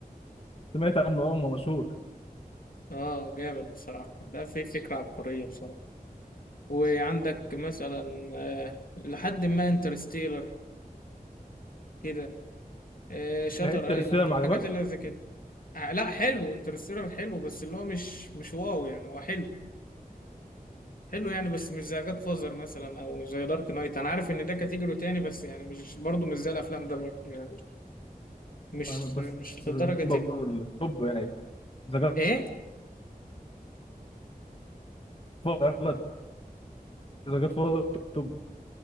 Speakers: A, on the left; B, on the left.
A: سمعت عنه اه ما مشهور
B: اه جامد بصراحة ده في فكرة عبقرية بصراحة وعندك مثلا آه لحد ما انترستيلر كده آه شاتر
A: انترستيلر
B: ايلاند
A: ما
B: الحاجات
A: عجبكش
B: اللي زي كده آه لا حلو انترستيلر حلو بس اللي هو مش مش واو يعني هو حلو حلو يعني بس مش زي جاد فازر مثلا او زي دارك نايت انا عارف ان ده كاتيجوري تاني بس يعني مش برضه مش زي الافلام ده برضه يعني مش
A: أنا بس
B: مش لدرجة
A: برضه
B: ال
A: التوب يعني ذا جاد
B: ايه
A: فاذر ذا جاد فاذر توب